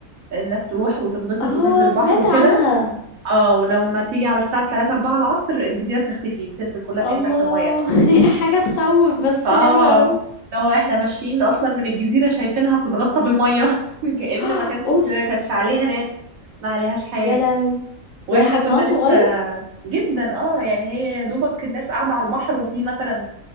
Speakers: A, on the right; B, on the left.
A: الناس تروح وتنبسط
B: اه
A: وتنزل البحر
B: سمعت
A: وكده
B: عنها
A: اه ولما تيجي على الساعة 3 4 العصر الجزيرة بتختفي بتنزل كلها تاني
B: الله
A: تحت المية
B: <laughs> حاجة تخوف بس
A: فاه
B: حلوة قوي
A: لو احنا ماشيين اصلا من الجزيرة شايفينها بتتغطى بالمية <laughs> كأن
B: <gasps>
A: ما كانش
B: اوف
A: كانش عليها ناس ما عليهاش حياة
B: يا لهوي
A: واحنا
B: وهي حجمها
A: كنا
B: صغير
A: لسه جدا اه يعني هي يا دوبك الناس قاعدة على البحر وفي مثلا